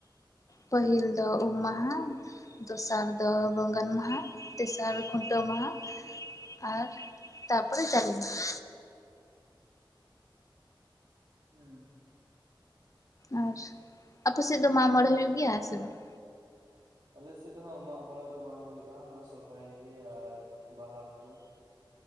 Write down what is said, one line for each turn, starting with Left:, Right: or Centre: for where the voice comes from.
Left: ᱯᱟᱹᱦᱤᱞ ᱫᱚ ᱩᱢ ᱢᱟᱦᱟ ᱫᱚᱥᱟᱨ ᱫᱚ ᱵᱚᱸᱜᱟᱱ ᱢᱟᱦᱟ ᱛᱮᱥᱟᱨ ᱠᱷᱩᱱᱴᱟᱹᱣ ᱢᱟᱦᱟ ᱟᱨ ᱛᱟᱨ ᱯᱚᱨᱮ ᱪᱟᱞᱮ ᱢᱟᱦᱟ
Right: ᱦᱩᱸ
Left: ᱟᱨ ᱟᱯ ᱥᱮᱫ ᱫᱚ ᱢᱟᱜ ᱢᱚᱬᱮ ᱦᱩᱭᱩᱜ ᱜᱮᱭᱟ ᱥᱮ ᱵᱟᱝ
Right: ᱟᱞᱮ ᱥᱮᱫ ᱫᱚ ᱦᱟᱸᱜ ᱢᱟᱜ ᱢᱚᱬᱮ ᱫᱚ ᱵᱟᱝ ᱦᱩᱭᱩᱜᱼᱟ ᱚᱱᱟ ᱥᱚᱨᱦᱟᱭ ᱜᱮ ᱟᱨ ᱵᱟᱦᱟ ᱠᱚ